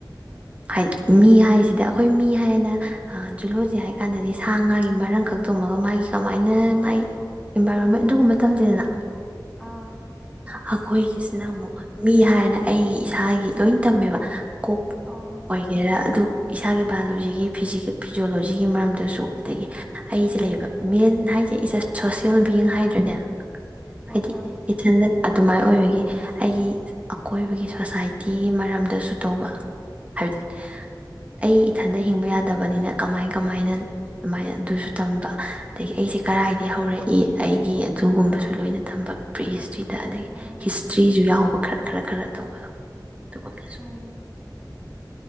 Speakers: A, on the right; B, in the centre.
A: ꯍꯥꯏꯗꯤ ꯃꯤ ꯍꯥꯏꯁꯤꯗꯤ ꯑꯩꯈꯣꯏ ꯃꯤ ꯍꯥꯏꯔꯅ ꯖꯨꯂꯣꯖꯤ ꯍꯥꯏ ꯀꯥꯟꯗꯗꯤ ꯁꯥ ꯉꯥꯒꯤ ꯃꯔꯝ ꯈꯛ ꯇꯣꯃꯒ ꯃꯥꯒꯤ ꯀꯃꯥꯏꯅ ꯃꯥꯒꯤ ꯏꯟꯚꯥꯏꯔꯣꯟꯃꯦꯟ ꯑꯗꯨꯒꯨꯝꯕ ꯃꯇꯝꯝꯁꯤꯗꯅ
B: ꯑꯥ
A: ꯑꯩꯈꯣꯏꯒꯤꯁꯤꯅ ꯑꯃꯨꯛ ꯃꯤ ꯍꯥꯏꯅ ꯑꯩꯒꯤ ꯏꯁꯥꯒꯤ ꯂꯣꯏ ꯇꯝꯃꯦꯕ ꯀꯣꯛ
B: ꯑꯥ
A: ꯑꯣꯏꯒꯦꯔꯥ ꯑꯗꯨ ꯏꯁꯥꯒꯤ ꯚꯏꯑꯣꯂꯣꯖꯤꯒꯤ ꯐꯤꯖꯣꯑꯣꯂꯣꯖꯤꯒꯤ ꯃꯔꯝꯗꯁꯨ ꯑꯗꯒꯤ ꯑꯩꯁꯦ ꯂꯩꯕ ꯃꯦꯟ ꯍꯥꯏꯁꯦ ꯏꯁ ꯑꯦ ꯁꯣꯁꯦꯜ ꯕꯤꯌꯤꯡ ꯍꯥꯏꯗ꯭ꯔꯅꯦ
B: ꯍꯣꯏ
A: ꯍꯥꯏꯗꯤ
B: ꯍꯣꯏ
A: ꯏꯊꯟꯗ ꯑꯗꯨꯃꯥꯏꯅ ꯑꯣꯏꯔꯒ ꯑꯩꯒꯤ ꯑꯀꯣꯏꯕꯒꯤ ꯁꯣꯁꯥꯏꯇꯤꯒꯤ ꯃꯔꯝꯗꯁꯨ ꯇꯧꯕ ꯍꯥꯏꯕꯗꯤ ꯑꯩ ꯏꯊꯟꯗ ꯍꯤꯡꯕ ꯌꯥꯗꯕꯅꯤꯅ ꯀꯃꯥꯏ ꯀꯃꯥꯏꯅ ꯑꯗꯨꯃꯥꯏꯅ ꯑꯗꯨꯁꯨ ꯇꯝꯕ ꯑꯗꯒꯤ ꯑꯩꯁꯦ ꯀꯔꯏꯗꯒꯤ ꯍꯧꯔꯛꯏ ꯑꯩꯒꯤ ꯑꯗꯨꯒꯨꯝꯕꯁꯨ ꯂꯣꯏꯅ ꯇꯝꯕ ꯄ꯭ꯔꯤ ꯍꯤꯁꯇ꯭ꯔꯤꯗ ꯑꯗꯒꯤ
B: ꯎꯝ
A: ꯍꯤꯁꯇ꯭ꯔꯤꯁꯨ ꯌꯥꯎꯕ ꯈꯔ ꯈꯔ ꯈꯔ ꯇꯧꯕꯗꯣ ꯑꯗꯨꯒꯝꯗꯁꯨ
B: ꯎꯝ